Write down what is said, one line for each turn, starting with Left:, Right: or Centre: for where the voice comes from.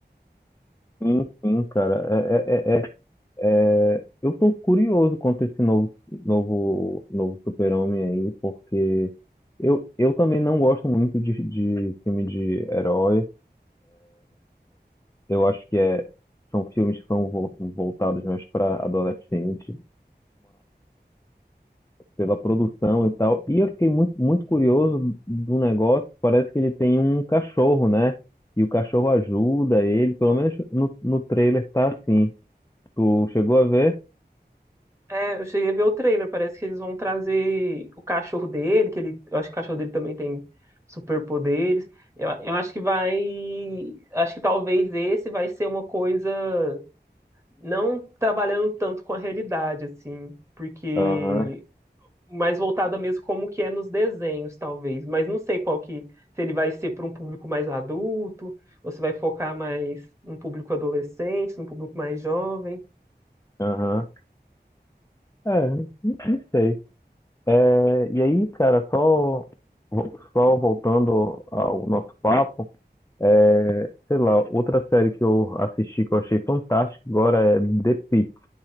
Left: Sim, sim, cara. É, é, é- é É, Eu tô curioso quanto a esse novo, novo, novo super-homem aí, porque eu, eu também não gosto muito de, de filme de herói. Eu acho que é, são filmes que são vol- voltados mais para adolescente, pela produção e tal. E eu fiquei muito, muito curioso do negócio. Parece que ele tem um cachorro, né? E o cachorro ajuda ele, pelo menos no, no trailer tá assim. Tu chegou a ver?
Right: É, eu cheguei a ver o trailer, parece que eles vão trazer o cachorro dele, que ele, eu acho que o cachorro dele também tem superpoderes. Eu, eu acho que vai, acho que talvez esse vai ser uma coisa não trabalhando tanto com a realidade assim, porque
Left: Aham,
Right: mais voltada mesmo como que é nos desenhos, talvez, mas não sei qual que se ele vai ser para um público mais adulto ou se vai focar mais num público adolescente, num público mais jovem.
Left: aham. É, não sei. É, e aí, cara, só, só voltando ao nosso papo, é, sei lá, outra série que eu assisti que eu achei fantástica agora é The Pitt,